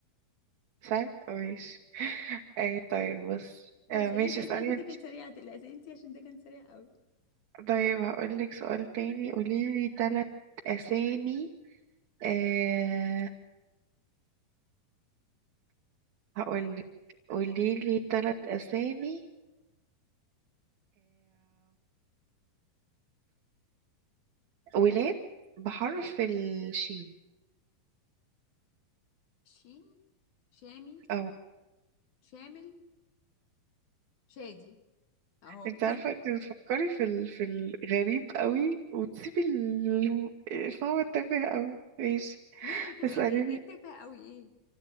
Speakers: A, on the right; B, on the left.
A: سهل ماشي آه، طيب بص
B: انت
A: آه،
B: بتسأليني
A: ماشي
B: سؤال
A: اسالني
B: تاني عشان
A: انت
B: انت كانت سريعة لا سألتي عشان ده كان سريع قوي
A: طيب هقول لك سؤال تاني قولي لي ثلاث اسامي آه، هقول لك قولي لي ثلاث اسامي ولاد بحرف الشين
B: شين شامي
A: اه
B: شامل شادي اهو
A: انت عارفة انت بتفكري في ال... في الغريب قوي وتسيبي ال- فهو التافه قوي ماشي
B: مين تبقى
A: اسأليني
B: ايه ايه إيه التافهة قوي ايه